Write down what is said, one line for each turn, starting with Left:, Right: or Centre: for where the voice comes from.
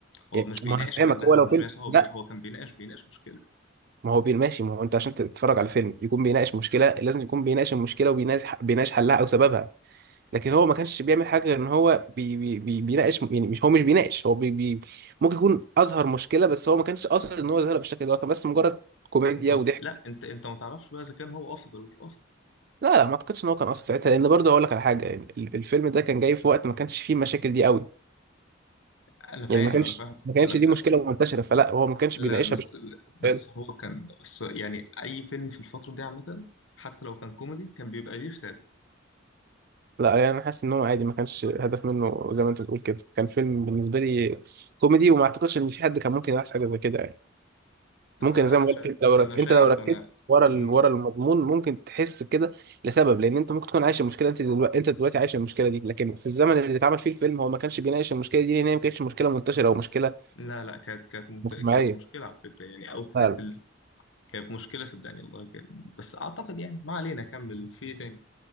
Left: هو
Right: يعني
Left: مش بيناقش
Right: ما هفهمك
Left: حلها
Right: هو لو
Left: ومش
Right: فيلم
Left: بيناقش هو
Right: لا
Left: بي... هو كان بيناقش بيناقش مشكلة
Right: ما هو بي- ماشي ما هو انت عشان تتفرج على فيلم يكون بيناقش مشكله لازم يكون بيناقش المشكله وبيناقش بيناقش حلها او سببها لكن هو ما كانش بيعمل حاجه غير ان هو بي بي بي بيناقش يعني مش هو مش بيناقش هو بي بي ممكن يكون اظهر مشكله بس هو ما كانش قاصد ان هو يظهرها بالشكل ده هو كان بس مجرد كوميديا
Left: انت مت...
Right: وضحك
Left: لا انت انت ما تعرفش بقى اذا كان هو قاصد ولا مش قاصد
Right: لا لا ما اعتقدش ان هو كان قاصد ساعتها لان برضه هقول لك على حاجه يعني ال- الفيلم ده كان جاي في وقت ما كانش فيه المشاكل دي قوي
Left: انا فاهم
Right: يعني ما كانش
Left: انا فاهم
Right: ما كانش
Left: انا فاهم
Right: دي مشكله منتشره فلا هو ما كانش
Left: لا
Right: بيناقشها
Left: بس
Right: بش...
Left: بس
Right: فاهم؟
Left: هو كان بس يعني اي فيلم في الفتره دي عامه حتى لو كان كوميدي كان بيبقى ليه رساله
Right: لا يعني انا حاسس ان هو عادي ما كانش هدف منه زي ما انت بتقول كده كان فيلم بالنسبه لي كوميدي وما اعتقدش ان في حد كان ممكن يلاحظ حاجه زي كده يعني
Left: آه،
Right: ممكن
Left: انا
Right: زي ما
Left: شا...
Right: قلت كده، لو رك...
Left: انا شايف
Right: انت لو ركزت
Left: انا
Right: ورا ال...
Left: مم.
Right: ورا المضمون ممكن تحس كده لسبب لان انت ممكن تكون عايش المشكله انت دلوقتي انت دلوقتي عايش المشكله دي لكن في الزمن اللي اتعمل فيه الفيلم هو ما كانش بيناقش المشكله دي لان هي ما كانتش مشكله منتشره او مشكله
Left: لا لا كانت كانت ممت...
Right: مجتمعيه
Left: كانت مشكله على فكره يعني او كانت
Right: فعلا
Left: ال... كانت مشكله صدقني والله كان بس اعتقد يعني ما علينا كمل في إيه تاني